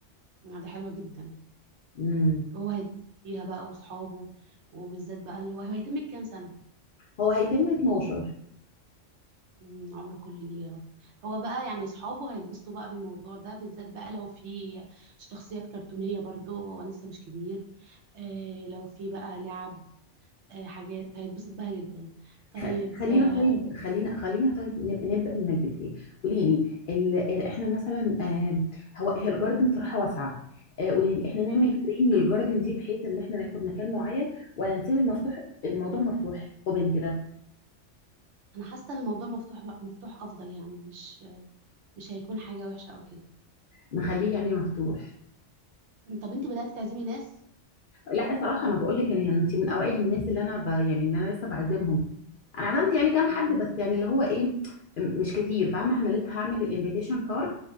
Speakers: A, on the right; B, on the left.
A: ده حلوة جدا
B: امم
A: وهو هيتبسط فيها بقى وصحابه وبالذات بقى اللي هو هو هيتم كام سنة
B: هو هيتم 12
A: مم، عمر كله ليه يا رب هو بقى يعني اصحابه هيتبسطوا بقى بالموضوع ده بالذات بقى لو في شخصيات كرتونية برضو هو لسه مش كبير آه لو في بقى لعب آه حاجات هيتبسط بها جدا طيب
B: خل- خلينا
A: آه
B: طيب خلينا خلينا طيب ن- نبدا من البدايه قولي لي ال- احنا مثلا آه، هو هي الجاردن صراحه واسعه آه، قولي لي احنا نعمل
A: مم،
B: فريم للجاردن دي بحيث ان احنا ناخد مكان معين ولا نسيب المفتوح الموضوع مفتوح اوبن كده
A: انا حاسة ان الموضوع مفتوح مفتوح افضل يعني مش مش هيكون حاجة وحشة او كده
B: نخليه يعني مفتوح
A: طب انت بدأت تعزمي ناس
B: لا صراحة انا بقول لك يعني انت من اوائل الناس اللي انا ب... يعني اللي انا لسه بعزمهم انا عزمت يعني كام
A: مم،
B: حد بس يعني اللي هو ايه م- مش كتير فاهمة انا لسه هعمل الانفيتيشن كارد